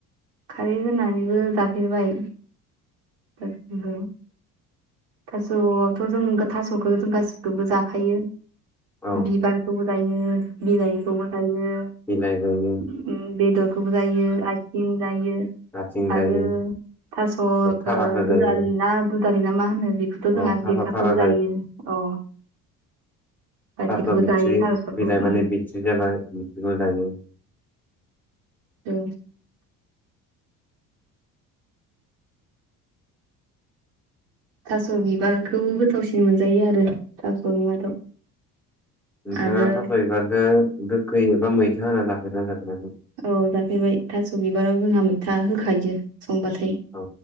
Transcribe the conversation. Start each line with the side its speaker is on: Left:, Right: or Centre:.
Right: खारै होनानैबो जाफेरबाय, जाफेरबाय। थास'आवथ' जों थास'खो जों गासिखौबो जाखायो,
Centre: औ
Right: बिबारखौबो जायो बिलाइखौबो जायो
Centre: बिलाइ जायो
Right: उम बेदरखौबो जायो आथिं जायो
Centre: आथिं जायो
Right: आरो थास'
Centre: थाराखो
Right: दुदालि
Centre: जायो।
Right: ना दुदालि ना मा होनो बेखौथ' जोंहा
Centre: औ थास'
Right: देन्थाखौबो
Centre: थारा
Right: जायो अ। गासैखौबो
Centre: थास' बिथ्रि
Right: जायो थास'खौ
Centre: बिलाइ
Right: उम
Centre: माने बिथ्रि जाबाय बिथ्रिखौ जायो।
Right: औ थास' बिबारखौ गोथावसिन मोनजायो आरो थास'नि मादाव।
Centre: नोंथाङा
Right: आरो
Centre: थास' बिबारदो गोखै एबा मैथा होना जाफेरदोना जाफेराखै?
Right: औ जाफेरबाय थास' बिबाराव जोंहा मैथा होखायो संबाथाय
Centre: औ